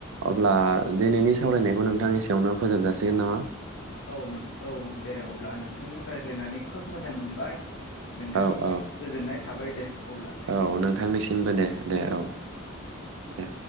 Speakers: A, on the right; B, on the left.
A: अब्ला दिनैनि सावरायनायखौ नोंथांनि एसेयावनो फोजोब जासिगोन नामा
B: औ नों औ दे अब्ला नोंथांजों रायज्लायनानै खोब मोजां मोनबाय नोंथांनिसिम
A: औ औ
B: गोजोननाय थाबाय दे अब्लालाय
A: औ नोंथांनिसिमबो दे दे औ दे